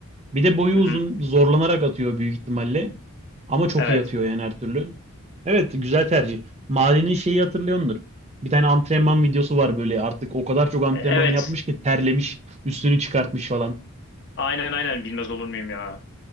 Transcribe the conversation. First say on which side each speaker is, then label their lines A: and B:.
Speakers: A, on the right (about 30°); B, on the left (about 55°).
A: Bir de boyu
B: Hı
A: uzun
B: hı.
A: zorlanarak atıyor büyük ihtimalle. Ama çok
B: Evet.
A: iyi atıyor yani her türlü. Evet güzel tercih. Mahallenin şeyi hatırlıyordur. Bir tane antrenman videosu var böyle artık o kadar çok antrenman
B: E, Evet.
A: yapmış ki terlemiş üstünü çıkartmış falan.
B: Aynen aynen bilmez olur muyum ya.